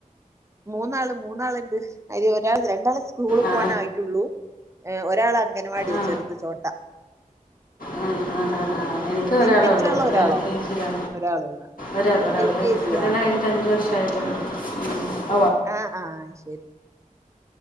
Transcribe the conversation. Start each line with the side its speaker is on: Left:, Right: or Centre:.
Right: മൂന്നാള് മൂന്നാള്ണ്ട് അയ്ല് ഒരാൾ രണ്ടാളെ സ്കൂള്
Left: ആ
Right: പോകാനായ്ട്ട്ള്ളൂ ഏ ഒരാളൻ ഗനവാട്യാ
Left: ആ
Right: ചെറ്ത് ചോട്ട
Left: ആ ആ ആ ആ എൻക്ക് ഒരാളെള്ളൂ
Right: നിനക്ക് എത്ര ആളാ
Left: ഓനെൽകെജീലാ
Right: ഒരാളോ ഒരാള്
Left: ഒരാള് ഒരാള്
Right: എൽ കെ ജി
Left: കല്ല്യാണം
Right: ആ
Left: കയ്ഞ്ഞ്ട്ട് അഞ്ച് വർഷായ് <unintelligible>
Right: ആ ആ ശെരി